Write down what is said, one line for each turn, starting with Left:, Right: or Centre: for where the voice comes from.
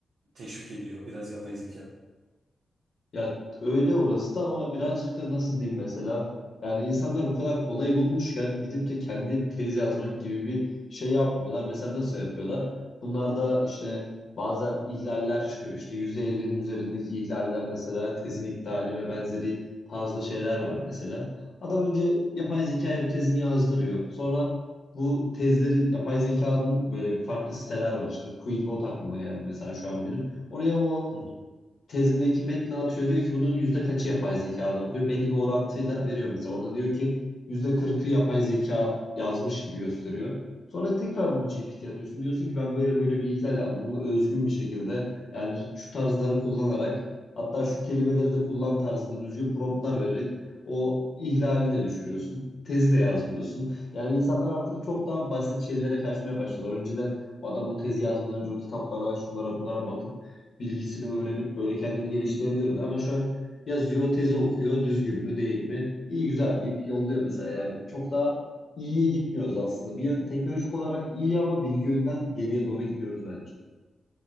Right: teşvik ediyor biraz yapay zeka.
Left: Ya öyle orası da ama birazcık da nasıl diyeyim mesela yani insanlar bu kadar kolay bulmuşken gidip de kendi tez yazmak gibi bir şey yapmıyorlar. Mesela nasıl yapıyorlar? Bunlar da işte bazen ihlaller çıkıyor. İşte %50'nin üzerindeki ihlaller mesela tezin iptali ve benzeri tarzda şeyler var mesela. Adam önce yapay zekaya bu tezini yazdırıyor. Sonra bu tezleri yapay zekanın böyle bir farklı siteler var işte. Quillbot aklıma geldi mesela şu an benim. Oraya o
Right: Hı hı.
Left: tezindeki metni atıyor. Diyor ki bunun yüzde kaçı yapay zekadır diyor. Belli bir orantıyla veriyor mesela. Orada diyor ki yüzde kırkı yapay zeka yazmış gibi gösteriyor. Sonra tekrar bunu GPT'ye atıyorsun. Diyorsun ki ben böyle böyle bir ihlal aldım. Bunu özgün bir şekilde yani şu tarzları kullanarak hatta şu kelimeleri de kullan tarzında düzgün promptlar vererek o ihlali de düşürüyorsun. Tezi de yazmıyorsun. Yani insanlar artık çok daha basit şeylere kaçmaya başladılar. Önceden o adam o tezi yazmadan önce o kitaplara, şunlara, bunlara bakıp bilgisini öğrenip böyle kendini geliştirebilirdi. Ama şu an yazıyor, tezi okuyor, düzgün mü değil mi? iyi güzel deyip yolluyor mesela yani. Çok daha iyiye gitmiyoruz aslında. Bir yön- teknolojik olarak iyi ama bilgi yönden geriye doğru gidiyoruz bence.